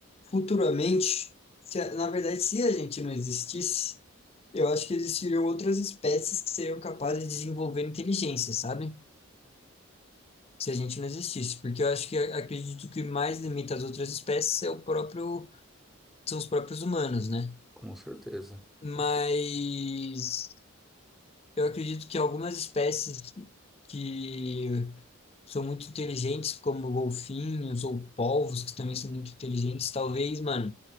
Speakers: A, on the left; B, in the centre.
A: futuramente, se a- na verdade, se a gente não existisse, eu acho que existiriam outras espécies que seriam capazes de desenvolver inteligência, sabe? Se a gente não existisse, porque eu acho que acredito que o mais limita as outras espécies é o próprio, são os próprios humanos, né?
B: Com certeza.
A: Mas
B: Com cer-
A: eu acredito que algumas espécies que são muito inteligentes, como golfinhos ou polvos, que também são muito inteligentes, talvez, mano,